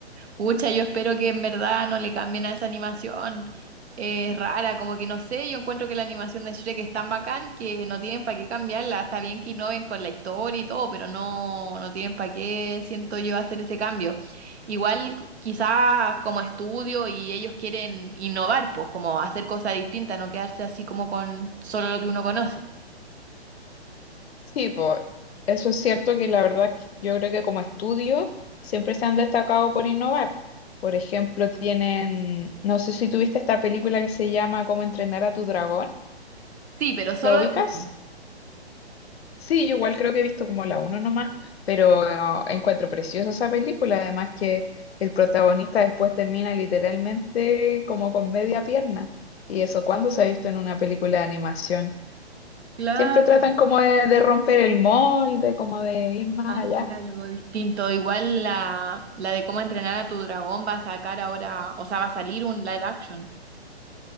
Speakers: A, on the right; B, on the left.
A: Pucha, yo espero que en verdad no le cambien a esa animación. Eh, Es rara, como que no sé, yo encuentro que la animación de Shrek es tan bacán que no tienen para qué cambiarla. Está bien que innoven con la historia y todo, pero no, no tienen para qué, siento yo, hacer ese cambio. Igual cu- quizás como estudio y ellos quieren innovar, pues como hacer cosas distintas, no quedarse así como con solo lo que uno conoce.
B: Sí, pues eso es cierto que la verdad que yo creo que como estudio siempre se han destacado por innovar. Por ejemplo, tienen, no sé si tuviste esta película que se llama Cómo entrenar a tu dragón.
A: Sí, pero solo
B: ¿La ubicas?
A: lo mismo.
B: Sí, yo igual creo que he visto como la uno nomás, pero eh, encuentro preciosa esa película, además que el protagonista después termina literalmente como con media pierna. Y eso, cuando se ha visto en una película de animación?
A: Claro.
B: Siempre tratan como de, de romper el molde, como de ir más
A: Hacer
B: allá.
A: algo distinto. Igual la, la de cómo entrenar a tu dragón va a sacar ahora, o sea, va a salir un live action.